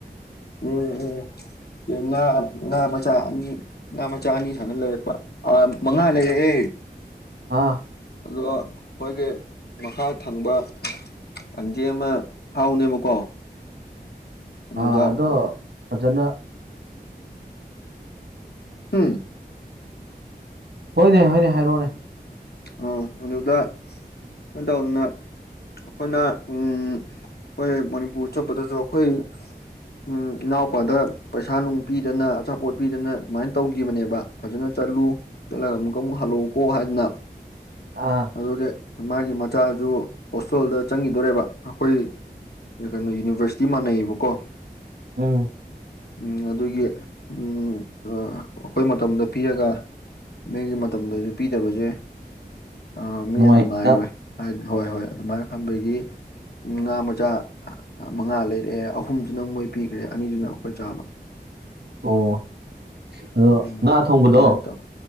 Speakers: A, on the left; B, on the right.
A: ꯎꯝ ꯎꯝ ꯌꯨꯉꯥ ꯉꯥ ꯃꯆꯥ ꯑꯅꯤ ꯉꯥ ꯃꯆꯥ ꯑꯅꯤ ꯁꯥꯟꯅ ꯂꯩꯔꯛꯄ ꯑ ꯃꯉꯥ ꯂꯩꯔꯛꯑꯦ
B: ꯑꯥ
A: ꯑꯗꯣ ꯈꯣꯏꯒꯤ ꯃꯈꯥ ꯊꯪꯕ ꯑꯟꯇꯤ ꯑꯃ ꯍꯥꯎꯅꯦꯕꯀꯣ ꯑꯗꯨꯗ
B: ꯑ ꯑꯗꯣ ꯐꯖꯅ
A: ꯍꯨꯝ
B: ꯍꯣꯏꯅꯦ ꯍꯣꯏꯅꯦ ꯍꯥꯏꯔꯛꯑꯣꯅꯦ
A: ꯎꯝ ꯑꯗꯨꯗ ꯀꯩꯅꯣ ꯇꯧꯗꯅ ꯑꯩꯈꯣꯏꯅ ꯎꯝ ꯑꯩꯈꯣꯏ ꯃꯅꯤꯄꯨꯔ ꯆꯠꯄꯗꯁꯨ ꯑꯩꯈꯣꯏ ꯎꯝ ꯏꯅꯥꯎꯄꯥꯗ ꯄꯩꯁꯥ ꯅꯨꯡ ꯄꯤꯗꯅ ꯑꯆꯥꯄꯣꯠ ꯄꯤꯗꯅ ꯑꯗꯨꯃꯥꯏ ꯇꯧꯒꯤꯕꯅꯦꯕ ꯐꯖꯅ ꯆꯠꯂꯨ ꯆꯠꯂꯒ ꯑꯃꯨꯛꯀ ꯑꯃꯨꯛ ꯍꯜꯂꯛꯎꯀꯣ ꯍꯥꯏꯗꯅ
B: ꯑꯥ
A: ꯑꯗꯨꯒꯤ ꯃꯥꯒꯤ ꯃꯆꯥꯖꯨ ꯍꯣꯁꯇꯦꯜꯗ ꯆꯪꯒꯤꯗꯣꯔꯦꯕ ꯑꯩꯈꯣꯏ ꯀꯩꯅꯣ ꯌꯨꯅꯤꯕ꯭ꯔꯁꯤꯇꯤ ꯃꯥꯟꯅꯩꯑꯩꯕꯀꯣ
B: ꯎꯝ
A: ꯎꯝ ꯑꯗꯨꯒꯤ ꯎꯝ ꯑ ꯑꯩꯈꯣꯏ ꯃꯇꯝꯗ ꯄꯤꯔꯒ ꯃꯤꯒꯤ ꯃꯇꯝꯗꯖꯨ ꯄꯤꯗꯕꯖꯦ ꯑ ꯃꯤꯅ
B: ꯅꯨꯡꯉꯥꯏꯇ
A: ꯅꯨꯡꯉꯥꯏꯔꯣꯏ ꯍꯥꯏ ꯍꯣꯏ ꯍꯣꯏ ꯑꯗꯨꯃꯥꯏꯅ ꯈꯟꯕꯒꯤ ꯉꯥ ꯃꯆꯥ ꯉꯥ ꯃꯉꯥ ꯂꯩꯔꯛꯑꯦ ꯑꯍꯨꯝꯗꯨꯅ ꯃꯣꯏ ꯄꯤꯈ꯭ꯔꯦ ꯑꯅꯤꯗꯨꯅ ꯑꯩꯈꯣꯏ ꯆꯥꯕ
B: ꯑꯣ ꯑꯗꯣ
A: ꯎꯝ
B: ꯉꯥ ꯊꯣꯡꯕꯗꯣ
A: ꯑꯗꯨꯃꯥꯏꯅ ꯇꯧ